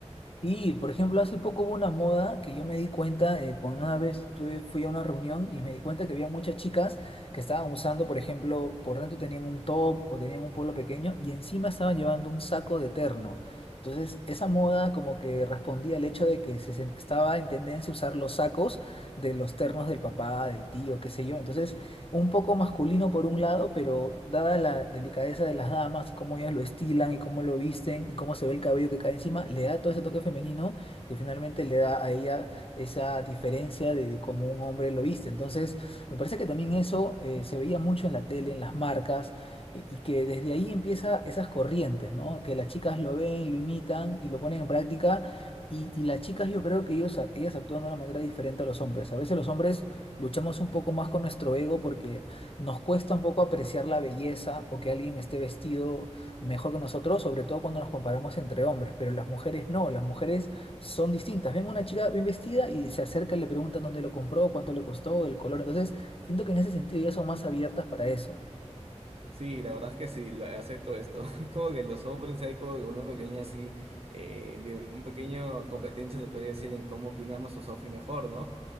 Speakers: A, on the left (about 50°); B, on the right (about 55°).
A: Y, por ejemplo, hace poco hubo una moda que yo me di cuenta, eh, cuando una vez tuve- fui a una reunión y me di cuenta que había muchas chicas que estaban usando, por ejemplo, por dentro tenían un top o tenían un polo pequeño y encima estaban llevando un saco de terno. Entonces, esa moda como que respondía al hecho de que se sen- estaba en tendencia usar los sacos de los ternos del papá, del tío, qué sé yo. Entonces, un poco masculino por un lado, pero dada la delicadeza de las damas y cómo ellas lo estilan y cómo lo visten y cómo se ve el cabello que cae encima, le da todo ese toque femenino que finalmente le da a ella esa diferencia de, de cómo un hombre lo viste. Entonces, me parece que también eso eh, se veía mucho en la tele, en las marcas. eh, Y que desde ahí empieza esas corrientes, ¿no? Que las chicas lo ven, lo imitan y lo ponen en práctica. Y, y las chicas yo creo que ellos, ellas actúan de una manera diferente a los hombres. A veces los hombres luchamos un poco más con nuestro ego porque nos cuesta un poco apreciar la belleza o que alguien esté vestido mejor que nosotros, sobre todo cuando nos comparamos entre hombres, pero las mujeres no, las mujeres son distintas. Ven una chica bien vestida y se acerca y le preguntan dónde lo compró, cuánto le costó, el color. Entonces, siento que en ese sentido ya son más abiertas para eso.
B: Sí, la verdad es que sí, lo- acepto esto. <laughs> Es como que los hombres hay como que una pequeña así, eh, de, un pequeño competencia se podría decir en cómo quién arma sus outfits mejor, ¿no?